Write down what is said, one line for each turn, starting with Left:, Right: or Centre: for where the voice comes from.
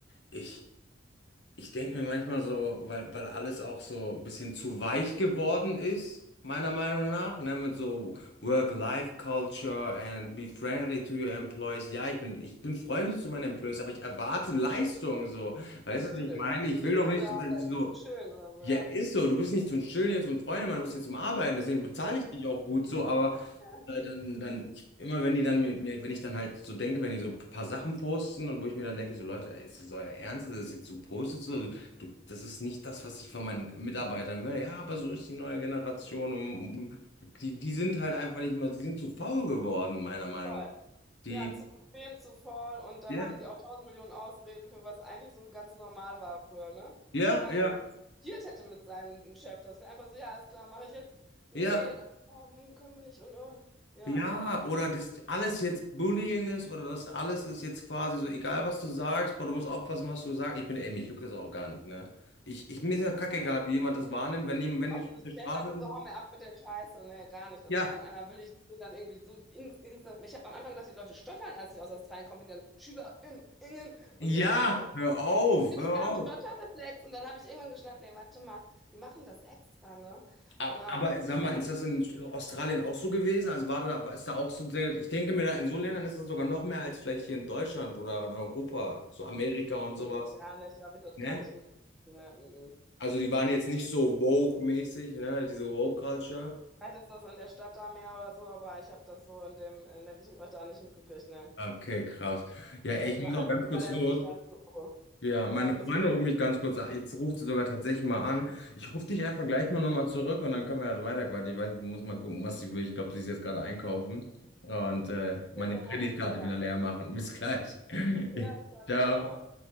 Left: ich Ich denke mir manchmal so, weil, weil alles auch so ein bisschen zu weich geworden ist, meiner Meinung nach, ne, mit so Work-Life-Culture and be friendly to your employees. Ja, ich bin, ich bin freundlich zu meinen Employees, aber ich erwarte Leistung, so. Weißt
Centre: natürlich.
Left: du, was ich meine?
Centre: Die sind
Left: Ich will
Centre: ja
Left: doch
Centre: nicht
Left: nicht
Centre: da,
Left: so,
Centre: um da irgendwie zu chillen oder so,
Left: ja,
Centre: ja.
Left: ist so. Du bist nicht zum Chillen hier, zum Freundemann, du bist hier zum Arbeiten. Deswegen bezahle
Centre: Ja,
Left: ich dich auch gut so. Aber
Centre: ja,
Left: äh, dann, dann ich, immer wenn die dann mir, mir, wenn ich dann halt so denke, wenn die so ein paar Sachen posten und wo ich mir dann denke, so Leute, ey, ist das euer Ernst, Das ist jetzt so postet? So, du, das ist nicht das, was ich von meinen Mitarbeitern will. Ja, aber so ist die neue Generation. Und, und, die, die sind halt einfach nicht mehr, die sind zu faul geworden, meiner Meinung
Centre: voll.
Left: nach. Die,
Centre: Ja, zu bequem, zu faul und dann
Left: ja,
Centre: haben die auch tausend Millionen Ausreden für was eigentlich so ganz normal war früher, ne?
Left: ja,
Centre: Wo man
Left: ja,
Centre: gar nicht diskutiert hätte mit seinem Chef. Das wäre einfach so, ja, ist klar, mache ich jetzt. Nee,
Left: ja.
Centre: das oh, hm, können wir nicht und oh. Ja,
Left: Ja, oder dass alles jetzt Bullying ist oder das alles ist jetzt quasi so, egal was du sagst, boah, du musst aufpassen, was du sagst. Ich bin, ey, mich juckt das auch gar nicht, ne? Ich, ich, mir ist ja kackegal,
Centre: ja.
Left: wie jemand das wahrnimmt, wenn, jemand- wenn
Centre: Auch
Left: ich
Centre: dieses
Left: auf der Straße
Centre: Gendern und
Left: bin.
Centre: so, hau mir ab mit der Scheiße. Nee, gar nicht. Also
Left: Ja,
Centre: wenn dann einer will, ich bin dann irgendwie so Dings, Dings. das- Ich habe am Anfang gedacht, die Leute stottern, als ich aus Australien komme, wenn die dann SchülerInnen Ingen
Left: ja,
Centre: und so. Ich denke mal, hä?
Left: hör auf,
Centre: Wirklich,
Left: hör
Centre: die
Left: auf.
Centre: haben Stotterreflex und dann habe ich irgendwann geschnallt, nee, warte mal, die machen das extra, ne?
Left: Ab-
Centre: Ja,
Left: Aber sag mal, ist das in Australien auch so gewesen? Also war da, war- ist da auch so, sehr- ich denke mir da in so Ländern ist das sogar noch mehr als vielleicht hier in Deutschland oder in Europa, so Amerika und
Centre: Nee,
Left: sowas,
Centre: gar nicht, habe ich dort
Left: ne?
Centre: gar nicht mitgekriegt. Nee, mhm.
Left: Also die waren jetzt nicht so woke-mäßig, ne? Diese Woke-Culture.
Centre: Vielleicht ist das in der Stadt da mehr oder so, aber ich habe das so in dem äh, ländlichen Bereich da nicht mitgekriegt, ne.
Left: Okay, krass. Ja, ey,
Centre: Also
Left: ich
Centre: ich
Left: muss
Centre: sage
Left: auch
Centre: halt,
Left: ganz
Centre: Australier
Left: kurz los.
Centre: bin ich ganz so.
Left: Ja, meine
Centre: Ja, du
Left: Freundin
Centre: musst los.
Left: ruft mich ganz kurz an. Jetzt ruft sie sogar tatsächlich mal an. Ich rufe dich einfach gleich mal nochmal zurück und dann können wir halt weiterquatschen. Ich weiß, ich muss mal gucken, was sie will. Ich glaube, sie ist jetzt gerade einkaufen und äh, meine
Centre: Jetzt so
Left: Kreditkarte
Centre: machen wir so, ja.
Left: wieder leer machen. Bis gleich. <laughs>
Centre: Ja, bis dann,
Left: Ciao.
Centre: ciao.